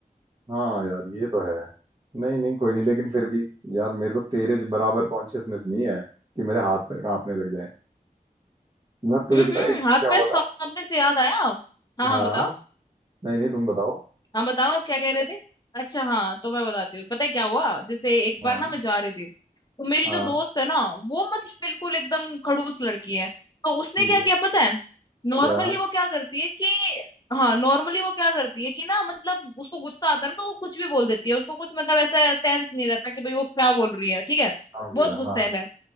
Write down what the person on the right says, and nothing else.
हाँ यार ये तो है नहीं नहीं कोई नहीं लेकिन फिर भी यार मेरे को तेरे ज- बराबर कॉन्शियसनेस नहीं है कि मेरे हाथ पैर कांपने लग जाए यार तुझे
पता
है एक बार
क्या
हुआ था
हाँ
नहीं नहीं तुम बताओ
हाँ
हाँ
ठीक
है
क्या
समझ
गया
हाँ